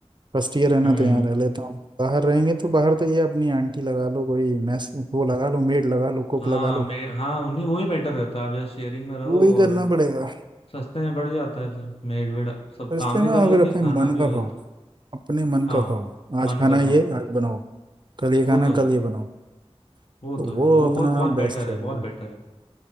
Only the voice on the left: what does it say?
हम्म
हाँ
मेड हाँ नहीं वही बेटर रहता है आप जैसे शेयरिंग में रहो
और
सस्ते में पड़ जाता है फिर मेड वेड सब
काम भी
कर
लेती
है खाना
भी
हो जाता
है
हाँ
मन
का खाओ
वो
तो है
वो
तो
है वो
वो बहुत
बेटर
है बहुत बेटर है